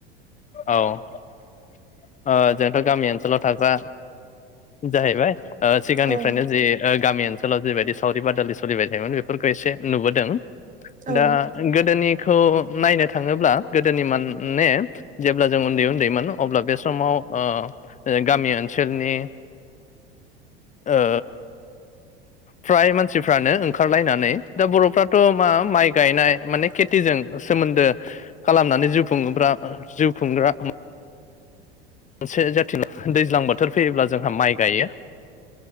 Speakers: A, on the left; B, on the right.
A: औ ओ जोंथ' गामि ओनसोलाव थाग्रा जाहैबाय। सिगांनिफ्रायनो
B: औ
A: जे ओ गामि ओनसोलाव जेरबायदि सावरि बादालि सलिबाय थायोमोन बेफोरखौ एसे नुबोदों।
B: नोंगौ
A: दा
B: जोङो
A: गोदोनि खौ नायनो थाङोब्ला गोदोनि मोनने जेब्ला जों उन्दै उन्दैमोन अब्ला बे समाव ओ गामि ओनसोलनि ओ फ्राय मानसिफ्रानो ओंखारलायनानै दा बर'फ्राथ' मा माइ गायनाय माने खेथिजों सोमोन्दो खालामनानै जिउ खुंबोग्रा जिउ खुंग्रा मोनसे जाथिना। दैज्लां बोथोर फैयोब्ला जोंहा माइ गायो।